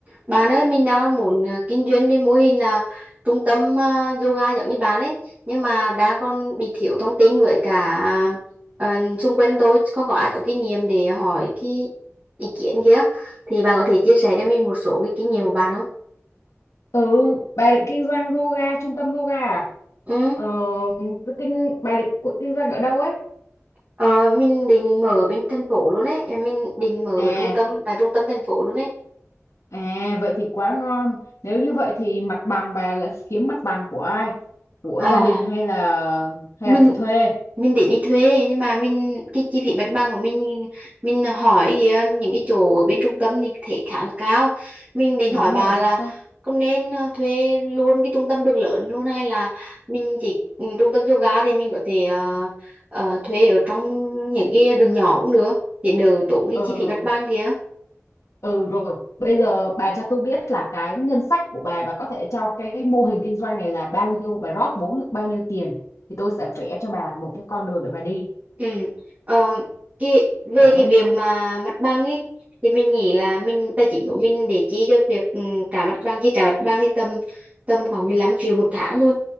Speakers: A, on the right; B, on the left.
A: Bạn ơi, mình đang muốn à, kinh doanh với mô hình là trung tâm à, yoga giống như bạn ấy, nhưng mà đang còn bị thiếu thông tin với cả à, xung quanh tôi không có ai có kinh nghiệm để hỏi cái ý kiến kia. Thì bạn có thể chia sẻ cho mình một số cái kinh nghiệm của bạn không?
B: Ừ, bà định kinh doanh yoga, trung tâm yoga à?
A: Ừ.
B: Ờ, tôi kinh, bà định cu- kinh doanh ở đâu ấy?
A: Ờ, mình định mở bên thành phố luôn ấy, mình định mở
B: À,
A: ở trung tâm tại trung tâm thành phố luôn ấy.
B: à, vậy thì quá ngon. Nếu như vậy thì mặt bằng bà là kiếm mặt bằng của ai? Của
A: À,
B: gia đình hay là hay
A: mình
B: là thuê?
A: mình đến đi thuê nhưng mà mình cái chi phí mặt bằng của mình mình hỏi kìa, những cái chỗ ở bên trung tâm thì thấy khá là cao mình định
B: Đúng
A: hỏi bà
B: rồi,
A: là
B: chính xác.
A: có nên ờ, thuê luôn cái trung tâm đường lớn luôn hay là mình chỉ ừ, trung tâm yoga thì mình có thể ờ, ờ, thuê ở trong những cái đường nhỏ cũng được để đỡ tốn cái
B: Ừ,
A: chi phí mặt bằng kìa
B: ừ rồi. Bây giờ bà cho tôi biết là cái ngân sách của bà, bà có thể cho cái mô hình kinh doanh này là bao nhiêu, bà rót vốn được bao nhiêu tiền? Thì tôi sẽ vẽ cho bà một cái con đường để bà đi.
A: Ừ. Ờ, cái, về
B: Khoảng
A: cái
B: bao
A: việc
B: nhiêu?
A: mà mặt bằng ấy thì mình nghĩ là mình tài chính của mình để chi cho việc ừ, trả mặt bằng chi trả mặt bằng thì tầm tầm khoảng 15 triệu một tháng thôi